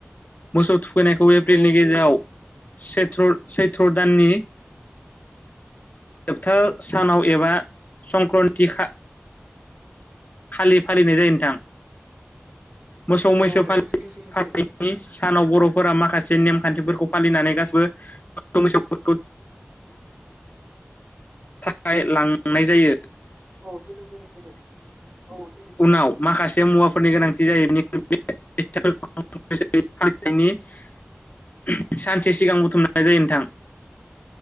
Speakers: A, on the left; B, on the right.
A: मोसौ थु फैनायखौ एप्रिलनि
B: औ औ
A: गेजेराव
B: सैथो सैथो सैथो
A: सैथ्र सैथ्र' दाननि जोबथा सानाव एबा संक्रान्तिखा खालि फालिनाय जायो नोंथां। मोसौ मैसो
B: औ नंगौ
A: फालिनाय
B: सैथो सैथो सैथो
A: सानाव बर'फोरा माखासे मोनसे नेमखान्थिफोरखौ फालिनानै गासिबो मोसौफोरखौ थाखाय लांनाय जायो
B: औ सैथो सैथो सैथो। औ सैथो सैथो
A: उनाव माखासे मुवाफोरनि गोनांथि जायो बेनिखायनो फालिथायनि ओम सानसे सिगां बुथुमनाय जायो नोंथां।